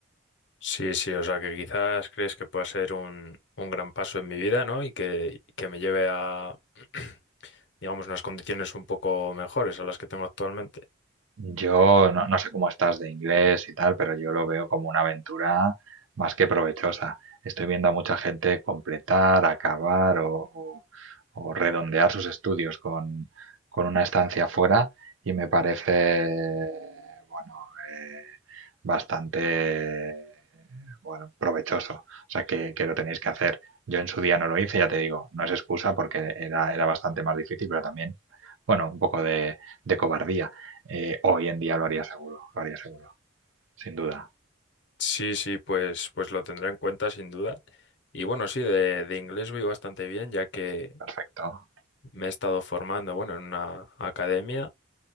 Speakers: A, on the left; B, on the right.
A: Sí, sí, o sea que quizás crees que pueda ser un, un gran paso en mi vida, ¿no? Y que, que me lleve a, <clears throat> digamos, unas condiciones un poco mejores a las que tengo actualmente.
B: Yo no, no sé cómo estás de inglés y tal, pero yo lo veo como una aventura más que provechosa. Estoy viendo a mucha gente completar, acabar o, o- o redondear sus estudios con, con una estancia fuera y me parece, bueno, eh, bastante, bueno, provechoso. O sea, que, que lo tenéis que hacer. Yo en su día no lo hice, ya te digo, no es excusa porque era, era bastante más difícil, pero también, bueno, un poco de de cobardía eh, hoy en día lo haría seguro, lo haría seguro, sin duda.
A: Sí, sí, pues, pues lo tendré en cuenta sin duda. Y bueno, sí, de, de inglés voy bastante bien, ya que
B: Perfecto.
A: me he estado formando, bueno, en una academia.